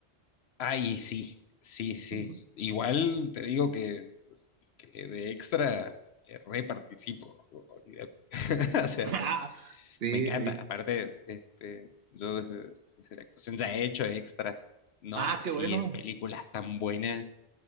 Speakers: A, on the left (about 70°); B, on the right (about 65°).
A: Ay, sí, sí, sí.
B: <laughs>
A: Igual te digo que, pues, que de extra eh, re participo, olvídate. <laughs> O sea,
B: Ah, sí,
A: me encanta.
B: sí.
A: Aparte, este, yo desde, desde la actuación ya he hecho extras, no
B: Ah,
A: así
B: qué bueno.
A: en películas tan buenas